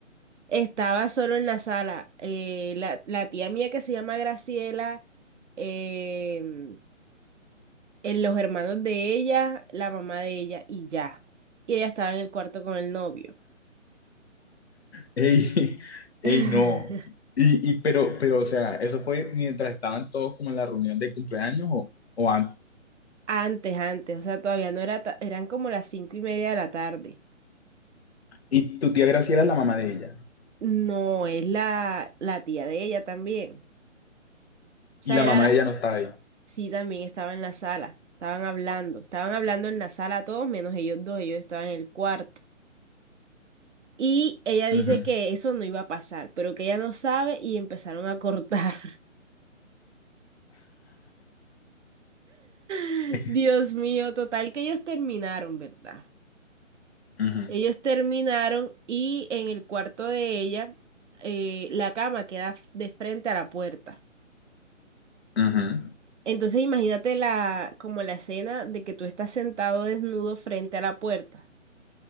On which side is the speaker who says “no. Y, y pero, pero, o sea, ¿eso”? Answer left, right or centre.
Left